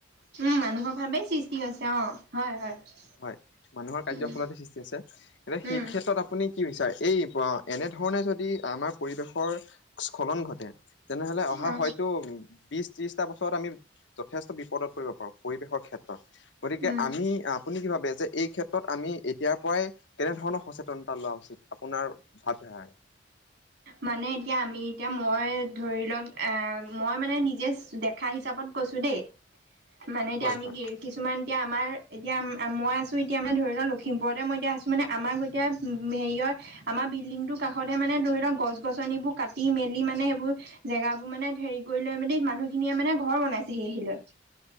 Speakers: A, on the right; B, on the left.
A: উম মানুহৰ ভাৱেই সৃষ্টি হৈছে অ হয় হয়
B: হয় মানুহৰ কাৰ্য
A: উম
B: ফলতে সৃষ্টি আছে এতি সেই
A: উম
B: ক্ষেত্ৰত আপুনি কি বিচাৰে এই এনেধৰণে যদি আমাৰ পৰিৱেশৰ স্থলন ঘটে তেনেহ'লে অহা
A: অ
B: হয়তো বিশ ত্ৰিশটা বছৰত আমি যথেষ্ট পদত কৰিব পাৰোঁ পৰিৱেশৰ ক্ষেত্ৰত গতিকে
A: উম
B: আমি আ আপুনি কি ভাবে যে এই ক্ষেত্ৰত আমি এতিয়াৰ পৰাই কেনে ধৰণৰ সচেতনতা লোৱা উচিত আপোনাৰ ভাৱ ধাৰাৰে
A: মানে এতিয়া আমি এতিয়া মই ধৰি লওক এ মই মানে নিজে দেখা হিচাপত কৈছো দেই মানে এতিয়া
B: হয়
A: আমি
B: হয়
A: কিছু কিছুমান এতিয়া আমাৰ এতিয়া মই আছো এতিয়া মানে ধৰি লওক লখিমপুৰতে মই এতিয়া আছো মানে আমাৰ স‌ই হেৰিয়ৰ আমাৰ বিল্ডিংটোৰ কাষতে মানে ধৰি লওক গছ গছনিবোৰ কাটি মেলি মানে সেইবোৰ জেগাবোৰ মানে হেৰি কৰি লৈ মেলি মানুহখিনিয়ে মানে ঘৰ বনাইছে সি হিলৈ